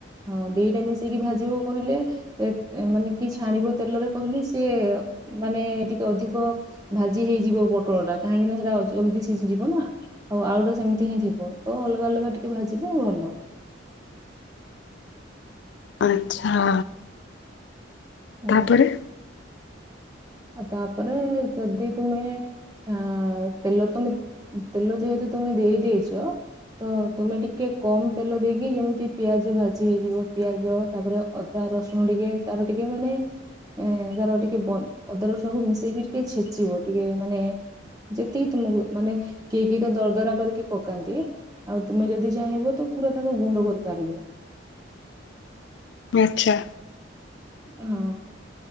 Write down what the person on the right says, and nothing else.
ହଁ ଦିଟା ମିଶେଇକି ଭାଜିବ କହିଲେ ଏ ମାନେ କି ଛାଣିବ ତେଲରେ କହିଲେ ସିଏ ମାନେ ଟିକେ ଅଧିକ ଭାଜି ହେଇଯିବ ପୋଟଳଟା। କାହିଁକି ନା ସେଇଟା ଜଲଦି ସିଝିଯିବ ନା। ଆଉ ଆଳୁଟା ସେମିତି ହିଁ ଥିବ। ତ ଅଲଗା ଅଲଗା ଟିକେ ଭାଜିଲେ ଭଲ।
ହୁଁ।
ତାପରେ ଯଦି ତୁମେ ହଁ ତେଲ ତମେ ତେଲ ଯେହେତୁ ତମେ ଦେଇ ଦେଇଚ ତ ତୁମେ ଟିକେ କମ ତେଲ ଦେଇକି ଯେମିତି ପିଆଜ ଭାଜି ହେଇଯିବ ପିଆଜ ତାପରେ ଅଦା ରସୁଣ ଟିକେ ତାର ଟିକେ ମାନେ ଏ ତାର ଟିକେ ବ ଅଦା ରସୁଣକୁ ମିଶେଇକି ଟିକେ ଛେଚିବ ଟିକେ ମାନେ ଯେତିକି ତମକୁ ମାନେ କେହି କେହି ତ ଦରଦରା କରିକି ପକାନ୍ତି। ଆଉ ତୁମେ ଯଦି ଚାହିଁବ ତ ପୁରା ତାକୁ ଗୁଣ୍ଡ କରିପାରିବ।
ହଁ।